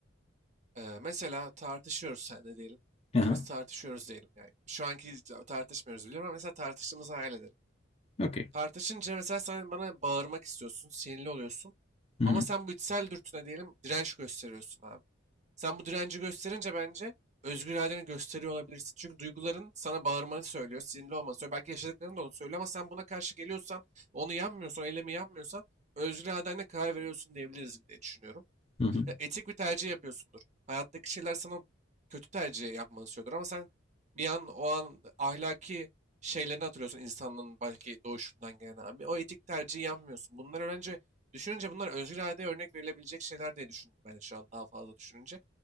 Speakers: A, on the right; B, on the left.
A: Ee, mesela tartışıyoruz sen diyelim.
B: Aha.
A: İkimiz tartışıyoruz diyelim yani. Şu anki tartışmıyoruz biliyorum ama mesela tartıştığımızı hayal edelim.
B: Okay.
A: Tartışınca mesela sen bana bağırmak istiyorsun, sinirli oluyorsun.
B: Hı hı.
A: Ama sen bu içsel dürtüne diyelim direnç gösteriyorsun abi. Sen bu direnci gösterince bence özgür iradeni gösteriyor olabilirsin. Çünkü duyguların sana bağırmanı söylüyor, sinirli olmanı söylüyor. Belki yaşadıkların da onu söylüyor ama sen buna karşı geliyorsan, onu yapmıyorsan, eylemi yapmıyorsan özgür iradenle karar veriyorsun diyebiliriz diye düşünüyorum
B: Hı hı.
A: etik bir tercih yapıyorsundur. Hayattaki şeyler sana kötü tercih yapmanı istiyordur ama sen bir an o an ahlaki şeylerini hatırlıyorsun insanlığın belki doğuşundan gelen abi. O etik tercihi yapmıyorsun. Bunlar bence düşününce bunlar özgür iradeye örnek verilebilecek şeyler diye düşündüm ben şu an daha fazla düşününce.